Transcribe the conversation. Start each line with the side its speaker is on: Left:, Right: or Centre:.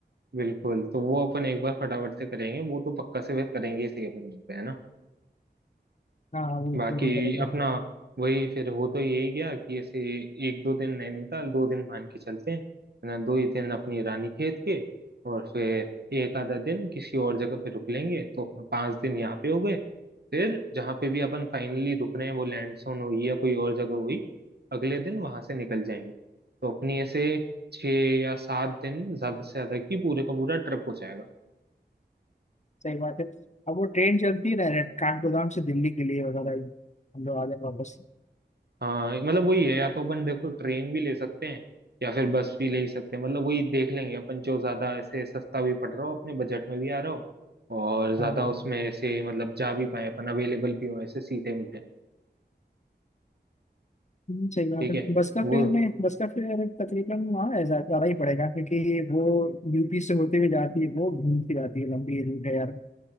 Right: बिल्कुल तो वो अपन एक बार फटाफट से करेंगे वो तो पक्का से फिर करेंगे ही सही अपन वहीं पे, है ना
Left: हाँ वो
Right: बाकी
Left: जरूर करेंगे
Right: अपना वही फिर हो तो यही गया कि ऐसे एक दो दिन नैनीताल दो दिन मान के चलते हैं है ना दो ही दिन अपनी रानीखेत के और फिर एक आधा दिन किसी और जगह पे रुक लेंगे तो अपना पांच दिन यहाँ पे हो गए फिर जहाँ पे भी अपन फाइनली रुक रहे हैं वो लैंड सोन हुई या कोई और जगह हुई अगले दिन वहां से निकल जाएंगे तो अपनी ऐसे छः या सात दिन ज्यादा से ज्यादा की पूरे का पूरा ट्रिप हो जाएगा
Left: सही बात है अब वो ट्रेन चलती है ना काठगोदाम से दिल्ली के लिए वगैरह ही हम लोग आ जाए वापस
Right: हाँ मतलब वही है या तो अपन देखो ट्रेन भी ले सकते हैं या फिर बस भी ले ही सकते हैं मतलब वही देख लेंगे अपन जो ज्यादा ऐसे सस्ता भी पड़ रहा हो अपने बजट में भी आ रहा हो और ज्यादा
Left: हाँ हाँ
Right: उसमें ऐसे मतलब जा भी पाए अपन अवेलेबल भी हो ऐसे सीटे मीटे
Left: हम्म, सही बात
Right: ठीक
Left: है
Right: है
Left: बस का
Right: वो
Left: फेयर में बस का फेयर तकरीबन हाँ ऐसा ज्यादा ही पड़ेगा क्योंकि वो यूपी से होते हुए जाती है वो घूमती जाती है लंबी रूट है यार